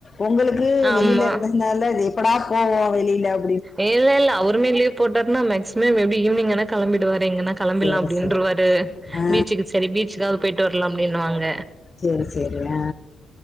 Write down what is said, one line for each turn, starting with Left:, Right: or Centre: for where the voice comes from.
Left: ஒங்களுக்கு க்கு
Right: ஆமா.
Left: வெளில இருந்த நால இது எப்படா போவோ வெளில அ
Right: இல்ல இல்ல அவுருமே லீவ் போட்டார்னா மேக்சிமம் எப்டி ஈவினிங் ஆனா கெளம்பிடுவாரு எங்கனா. கெளம்பில்லா
Left: சேரி
Right: அப்டின்ருவாரு
Left: சேரி ஆ
Right: பீச்சுக்கு செரி பீச்சுக்காவ்து போயிட்டு வர்லா அப்டின்னுவாங்க.
Left: செரி செரி அ.